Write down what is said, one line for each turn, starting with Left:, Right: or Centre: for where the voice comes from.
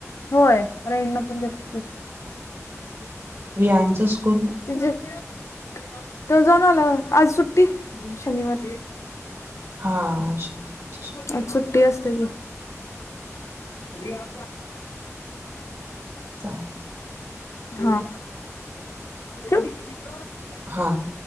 Left: होय रेंटन पण जातात की
Right: वियांचं स्कूल
Left: तिझं तो जाऊन आला आज सुट्टी शनिवार
Right: हा आज शनिवारची सुट्टी
Left: आज सुट्टी असतेया गं
Right: चालेल
Left: हा ठिऊ
Right: हा